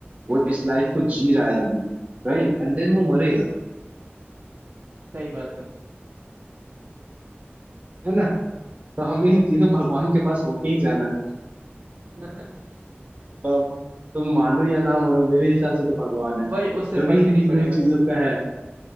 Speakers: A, on the right (about 35°); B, on the right (about 60°).
A: वो इस लाइफ को जी रहा है अभी राइट एंड देन वो मरेगा
B: सही बात है
A: है ना तो हमें इन तीनों भगवान के पास होके ही जाना है
B: <laughs>
A: तब तुम मानो या ना मानो मेरे हिसाब से तो भगवान है भाई
B: वही उससे
A: तभी
B: फर्क ही
A: इन
B: नहीं
A: तीनों
B: पड़ेगा
A: चीजों का है